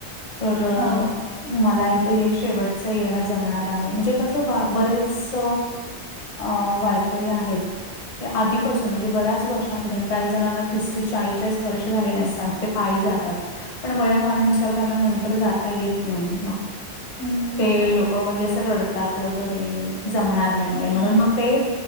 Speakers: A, on the left; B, on the left.
A: तर..
B: हा
A: मला इथे हे शेवटच येणं जमणार आहे. म्हणजे कसं बा बरेचंस अ वारकरी आहेत. आधीपासून म्हणजे बऱ्याच वर्षांपासून काही जणांना तीस तेस चाळीचाळीस वर्ष झालेले असतात. ते पाळी जातात. पण वयामानानुसार त्यांना नंतर जाता येत नाही मग,
B: हम्म
A: ते लोक म्हणजे अस रडतात. जरी जमणार नाहीये
B: हो
A: म्हणून मग ते..